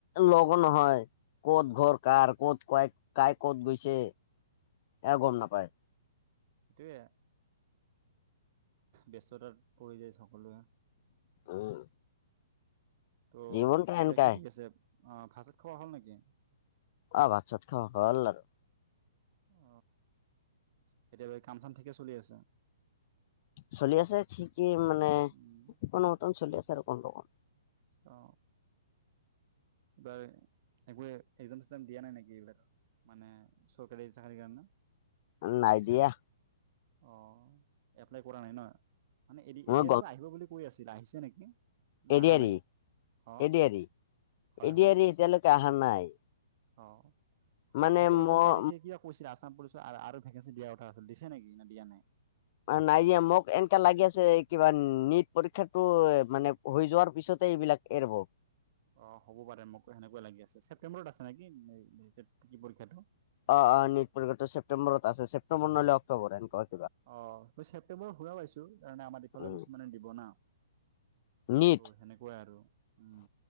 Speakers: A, on the left; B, on the right.
A: লগ নহয় ক'ত ঘৰ কাৰ ক'ত ক কাই ক'ত গৈছে। এ গম নাপায়।
B: সেইটোৱেই ব্যস্ততাত পৰি যায় সকলোৱে।
A: উম
B: ত'
A: জীৱনটা
B: এতিয়া
A: এনকাই
B: কি কৰি আছে আ ভাত চাত খোৱা হ'ল নেকি
A: আ ভাত চাত খাৱা হল আৰু
B: অ কেতিয়াবা কাম চাম ঠিকে চলি আছে।
A: চলি আছে ঠিকেই মানে
B: উম
A: কোনো মতন চলি আছে আৰু কন দুকন
B: অ এইবাৰ একো একজাম চেকজাম দিয়া নাই নেকি এইবিলাক মানে চৰকাৰী চাকৰি কাৰণে
A: নাই দিয়া।
B: অ এপ্লাই কৰা নাই না মানে এ
A: মই
B: এদি আৰু আহিব বুলি কৈ আছিল আহিছে নেকি না
A: এ
B: অহা
A: দি আৰ
B: নাই
A: ই,
B: অ
A: এ দি আৰ ই,
B: হয়
A: এ
B: হয়
A: দি আৰ ই এতিয়ালৈকে অহা নাই
B: অ আৰু
A: মানে
B: সোতৰ
A: মই
B: জুন তাৰিখে কিয় কৈছিলে আাম পুলিচৰ আৰু ভেকেঞ্চি দিয়াৰ কথা আছিল নেকি না দিয়া নাই
A: নাই দিয়া মোক এনেকা লাগি আছে। কিবা নিট পৰীক্ষাটো মানে হৈ যোৱাৰ পিছতে এইবিলাক এৰিব
B: অ হ'ব পাৰে মোকো সেনেকুৱা লাগি আছে ছেপ্তেম্বৰত আছে নেকি পৰীক্ষাটো।
A: অ অ নিট পৰীক্ষাটো ছেপ্তেম্বৰত ছেপ্তেম্বৰত নহলে অক্টোবৰ এনকা
B: অ ম ছেপটেম্বৰত শুনা পাইছো তে আমাৰ দিফালৰ
A: উম
B: কিছুমানে দিব না ত'
A: নিট
B: সেনেকুৱাই আৰু উম